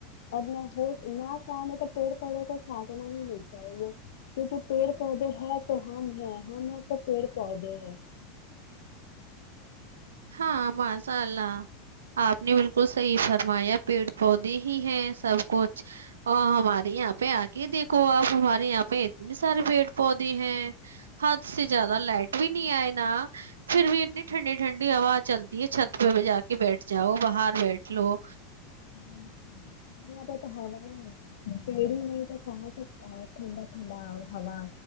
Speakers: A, on the left; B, on the right.
A: اور نہ ہو نہ کام ہے تو پیڑ پودوں کو سانٹنا ہی نہیں چاہیے کیونکہ پیڑ پودے ہے تو ہم ہے ہم ہے تو پیڑ پودے ہے <unintelligible>
B: ہاں ماساء اللہ آپ نے بالکل صحیح فرمایا پیڑ پودے ہی ہیں سب کچھ اور ہمارے یہاں پہ آ کے دیکھو آپ ہمارے یہاں پہ اتنے سارے پیڑ پودے ہیں حد سے زیادہ لائٹ بھی نہیں آئے نا پھر بھی اتنی ٹھنڈی ٹھنڈی بڑی ہوا ہا چلتی ہے چھت پہ جا کے بیٹھ جاؤ باہر بیٹھ لو
A: ہمارے یہاں پہ تو ہوا ہی نہیں آ پیڑ ہی نہیں تو س ٹھنڈا ٹھنڈا ہوا